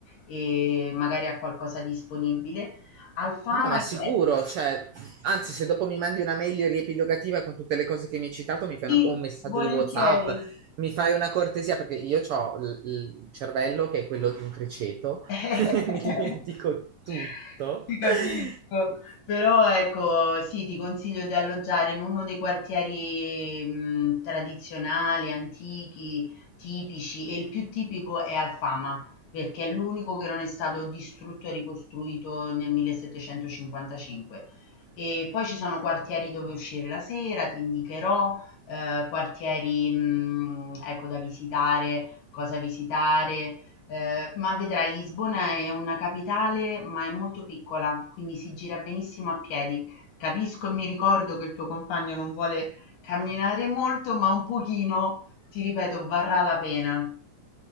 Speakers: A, on the left; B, on the right.
A: e magari ha qualcosa disponibile. Alfama
B: No, ma
A: è
B: sicuro, cioè, anzi, se dopo mi mandi una mail riepilogativa con tutte le cose che mi hai citato, mi fai
A: sì
B: una- o un messaggio
A: volentieri
B: di WhatsApp, mi fai una cortesia, perché io ho il cervello che è quello di un criceto,
A: <laughs>
B: <laughs> mi dimentico tutto.
A: Ti capisco,
B: <laughs>
A: però ecco, sì, ti consiglio di alloggiare in uno dei quartieri mh, tradizionali, antichi, tipici e il più tipico è Alfama, perché è l'unico che non è stato distrutto e ricostruito nel 1755. E poi ci sono quartieri dove uscire la sera, ti indicherò, eh, quartieri mh, ecco, da visitare, cosa visitare Ehm, ma vedrai, Lisbona è una capitale, ma è molto piccola, quindi si gira benissimo a piedi. Capisco e mi ricordo che il tuo compagno non vuole camminare molto, ma un pochino, ti ripeto, varrà la pena.